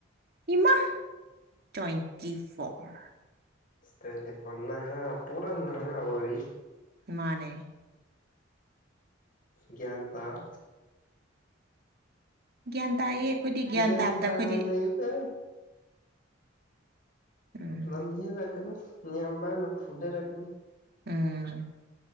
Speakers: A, on the right; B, on the left.
A: ꯏꯃꯥ ꯇ꯭ꯋꯦꯟꯇꯤ ꯐꯣꯔ
B: ꯇ꯭ꯋꯦꯟꯇꯤ ꯐꯣꯔ ꯅꯍꯥ ꯄꯨꯔ ꯅꯍꯥ ꯑꯣꯏꯔꯤ
A: ꯃꯥꯅꯦ
B: ꯒ꯭ꯌꯥꯟ ꯇꯥꯎ
A: ꯒ꯭ꯌꯥꯟ ꯇꯥꯏꯌꯦ ꯑꯩꯈꯣꯏꯗꯤ
B: ꯒ꯭ꯌꯥꯟ
A: ꯇꯥꯕꯗ
B: ꯇꯥꯅ
A: ꯑꯩꯈꯣꯏꯗꯤ
B: ꯂꯩꯌꯨꯀꯣ
A: ꯎꯝ
B: ꯂꯝꯍꯦꯜꯂꯛꯀꯅꯨ ꯅꯌꯝꯕꯅ ꯐꯨꯗꯦꯔꯀꯅꯤ
A: ꯎꯝ